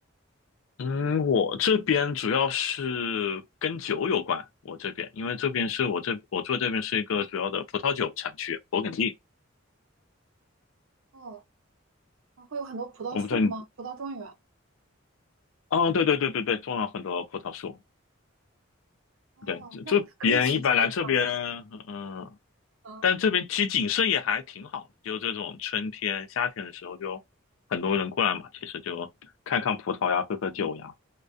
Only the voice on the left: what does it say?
嗯，我这边主要是跟酒有关，我这边因为这边是我这我住这边是一个主要的葡萄酒产区，勃艮第。
我不知道你，
啊，对对对对对，种了很多葡萄树。
对，这这边一般来这边，
嗯、
但这边其实景色也还挺好的，就这种春天、夏天的时候，就很多人过来嘛，其实就看看葡萄呀，喝喝酒呀，